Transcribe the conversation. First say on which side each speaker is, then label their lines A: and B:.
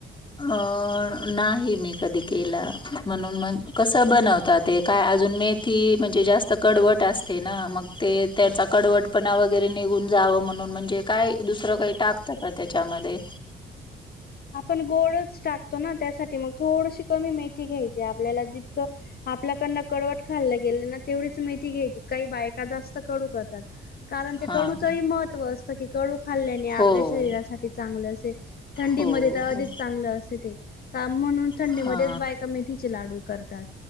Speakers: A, on the left (about 25°); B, on the left (about 50°).
A: अं नाही मी कधी केलं म्हणून म कसं बनवता ते काय. अजून मेथी म्हणजे जास्त कडवट असते ना मग ते त्याचा कडवपणा वगरे निघ जावं म्हणून म्हणजे काय दुसरं काही टाकत का त्याच्यामध्ये.
B: <inaudible> आपण गोडच टाकतो ना त्यासाठी मग थोडीशी कमी मेथी घ्यायची आपल्याला जितकं. आपल्याकडन कडवट खाल् गेलं ना तेवढीच मेथी घ्यायची काही बायका जास्त कडू करतात. कारण ते
A: हां,
B: कडूचंही महत्त्व असतं, की कडू खल्ल्याने आपल्या
A: हो.
B: शरीरासाठी चांगलं असे थंडीमध्ये.
A: हो
B: अधिक
A: हो
B: चांगलं असते ते का म्हणून थंडीमध्येच
A: हा
B: बायका मेथीचे लाडू करतात.